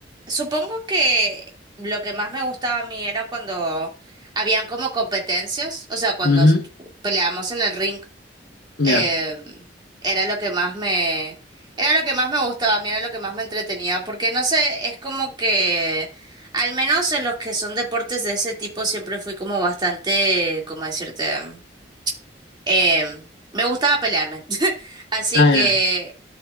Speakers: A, on the right; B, on the left.
A: supongo que lo que más me gustaba a mí era cuando habían como competencias, o sea, cuando
B: Ujú,
A: s- peleábamos en el ring
B: Ya.
A: em, era lo que más me, era lo que más me gustaba, a mí era lo que más me entretenía, porque no sé, es como que, al menos en los que son deportes de ese tipo, siempre fui como bastante, como decirte? em, me gustaba pelearme. Así
B: Ah,
A: que,
B: ya.